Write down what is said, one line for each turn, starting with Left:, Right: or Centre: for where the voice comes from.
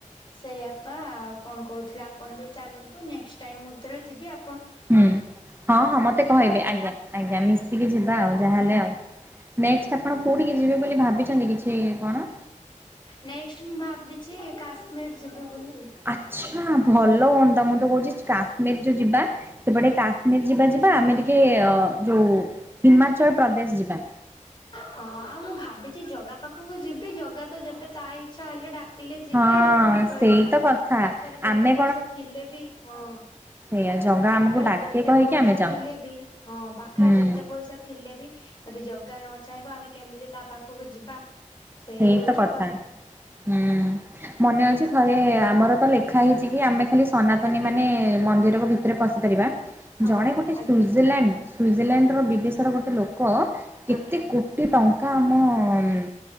Left: ସେଇଆପା ଆଉ କଣ କହୁଥିଲେ ଆପଣ ବି ଚାଲନ୍ତୁ ନେକ୍ଟ ଟାଇ ମୁଁ ଯେତେବେଳେ ଯିବି ଆ
Right: ହୁଁ ହଁ ହଁ ମତେ କହିବେ
Left: ଆଉ
Right: ଆଜ୍ଞା ଆଜ୍ଞା ମିଶିକି ଯିବା ଆଉ
Left: ହଁ।
Right: ଯାହାହେଲେ ଆଉ। ନେକ୍ସଟ୍ ଆପଣ କୋଉଠିକି ଯିବେ ବୋଲି ଭାବିଛନ୍ତି କିଛି କଣ?
Left: ନେକ୍ସଟ ମୁଁ ଭାବିଛି କାଶ୍ମୀର ଯିବି ବୋଲି
Right: ଆଛା ଭଲୋ ତମ ତ କୋହୁଚି କାଶ୍ମୀର ଯୋଉ ଯିବା। ସେପଟେ କାଶ୍ମୀର ଯିବା ଯିବା ଆମେ ଟିକେ ଅ ଯୋଉ ହିମାଚଳ ପ୍ରଦେଶ ଯିବା।
Left: ହଁ ଆଉ ମୁଁ ଭାବିଚି ଜଗା ପାଖକୁ ଯିବି ଜଗା ତ ଯେବେ ତା ଇଚ୍ଛା ହେଲେ ଡା କିଲେ ଯିବି
Right: ହଁ
Left: ଆଉ କଣ କହିବି
Right: ସେଇ ତ କଥା
Left: ପାଖରେ ଯେତେ
Right: ଆମେ
Left: ପଇସା ଥିଲେ ବି ହଁ।
Right: ଇଆ ଜଗା
Left: ପାଖରେ
Right: ଆମକୁ ଡାକେ
Left: ଯେତେ
Right: କହିକି
Left: ପଇସା
Right: ଆମେ ଯାଉ
Left: ଥିଲେ ବି ହଁ ପାଖରେ
Right: ହୁଁ
Left: ଯେତେ ପଇସା ଥିଲେ ବି ଯଦି ଜଗା ନ ଚାହିଁବ ଆମେ କେମିତି ତା ପାଖକୁ ଯିବା। ସେଇ
Right: ସେଇତ
Left: ହଉଛୁ
Right: କଥା ହୁଁ ମନେ ଅଛି ଥରେ ଆମର ତ ଲେ ଖା ହେଇଚି କି ଆମେ ଖାଲି ସନାତନୀ ମାନେ ମନ୍ଦିର କୁ ଭିତରେ ପଶିପାରିବା।
Left: ହଁ
Right: ଜଣେ ଗୋଟେ
Left: ଆଜ୍ଞା
Right: ସୁିଇଜରଲ୍ୟାଣ୍ଡ ସୁଇଜରଲ୍ୟାଣ୍ଡର ବିଦେଶର ଗୋଟେ ଲୋକ କେତେ
Left: ଆଜ୍ଞା
Right: କୋଟି ଟଙ୍କା ଆମ ଉଁ